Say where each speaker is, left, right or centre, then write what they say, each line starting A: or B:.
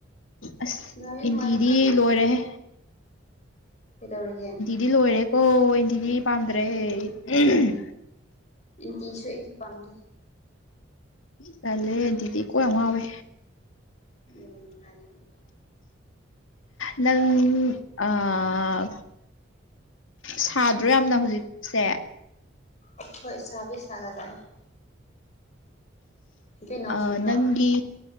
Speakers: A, on the left; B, on the left.
A: ꯑꯁ
B: ꯅꯨꯡꯉꯥꯏꯕꯩ
A: ꯑꯦꯟꯇꯤꯗꯤ
B: ꯅꯨꯡꯉꯥꯏꯕ ꯈꯛꯇꯅꯤꯗ
A: ꯂꯣꯏꯔꯦꯍꯦ
B: ꯀꯩꯗꯧꯔꯒꯦ
A: ꯗꯤ ꯂꯣꯏꯔꯦꯀꯣ ꯑꯦꯟꯇꯤꯗꯤ ꯄꯥꯝꯗ꯭ꯔꯦ ꯎꯝ
B: ꯑꯦꯟꯇꯤꯁꯨ ꯑꯩꯁꯨ ꯄꯥꯝꯗꯦ
A: ꯇꯜꯂꯦ ꯑꯦꯟꯇꯤꯗꯤ ꯀꯣꯛ ꯌꯥꯝ ꯉꯥꯎꯋꯦ
B: <unintelligible>
A: ꯅꯪ ꯑꯥ ꯁꯥꯗ꯭ꯔꯣ ꯌꯥꯝꯅ ꯍꯨꯖꯤꯛꯁꯦ
B: ꯑꯈꯣꯏ ꯁꯥꯕꯨꯗꯤ ꯁꯥꯒꯠ ꯂꯥꯛꯑꯦ ꯅꯨꯄꯤ ꯅꯣꯡ
A: ꯑꯥ
B: ꯆꯨꯕ꯭ꯔꯣ
A: ꯅꯪꯒꯤ